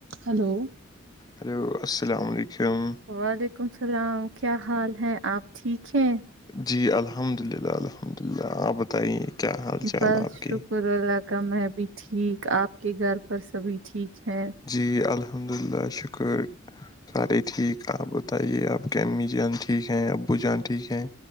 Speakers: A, on the right; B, on the left.
A: Hello
B: hello السلام علیکم
A: وعلیکم اللام کیا حال ہے آپ ٹھیک ہیں
B: جی الحمد للہ الحمد للہ آپ بتائیے کیا حال چال
A: بس
B: آپ کے
A: شکر اللہ کا میں بھی ٹھیک آپ کے گھر پر سبھی ٹھیک ہے
B: جی الحمد للہ شکر سارے ٹھیک آپ بتائیے آپ کے امی جان ٹھیک ہیں ابو جان ٹھیک ہیں